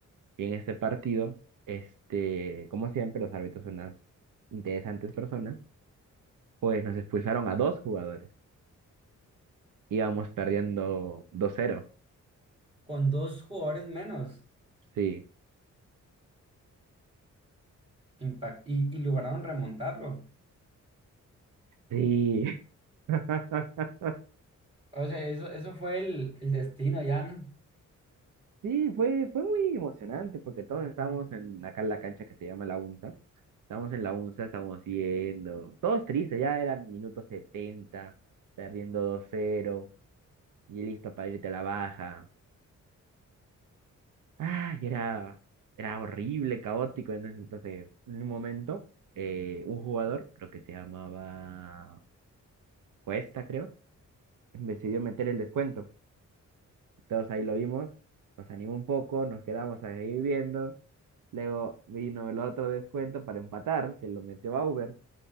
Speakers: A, on the right; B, on the right.
A: Y en este partido, este, como siempre, los árbitros son unas interesantes personas, pues nos expulsaron a dos jugadores. Íbamos perdiendo dos cero.
B: con dos jugadores menos
A: Sí,
B: impact y, y lograron remontarlo.
A: sí. <laughs>
B: O sea, eso, eso fue el, el destino ya, ¿no?
A: Sí, fue, fue muy emocionante porque todos estábamos en acá en la cancha que se llama La UNSA. Estamos en la UNSA, estamos viendo. Todos tristes, ya era minuto 70 perdiendo dos cero y listo para irte a la baja. Ah, y era, era horrible, caótico. en ese Entonces, en un momento, eh, un jugador, creo que se llamaba Cuesta, creo, decidió meter el descuento. Todos ahí lo vimos, nos animó un poco, nos quedamos ahí viendo. Luego vino el otro descuento para empatar, que lo metió Bauer.